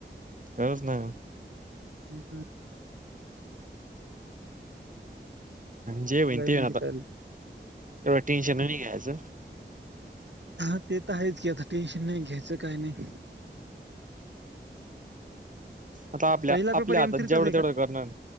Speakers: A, on the right (about 45°); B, on the right (about 70°).
A: खरच ना,
B: <unintelligible>
A: जे होईल
B: लय
A: ते
B: म्हणजे
A: होईल आता,
B: काय लय.
A: एवढ टेंशन नाही घ्यायचं.
B: हा ते तर आहेच की, आता टेन्शन नाही घ्यायचं काही, नाही.
A: आता आपल्या,
B: पहिला पेपर
A: आपल्या हातात
B: एम थ्रीचाच
A: जेवढं
B: आहे
A: तेवढं
B: का
A: करणार